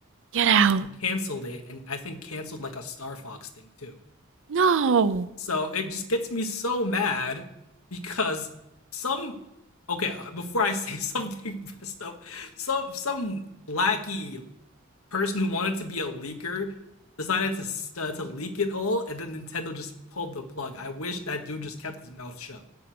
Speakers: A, on the right; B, on the left.
A: Get out.
B: and canceled it, and I think canceled like a Star Fox thing too.
A: No.
B: So it just gets me so mad because some okay uh, before I <laughs> say something messed up, some some lackey person who wanted to be a leaker decided to uh, to leak it all, and then Nintendo just pulled the plug. I wish that dude just kept his mouth shut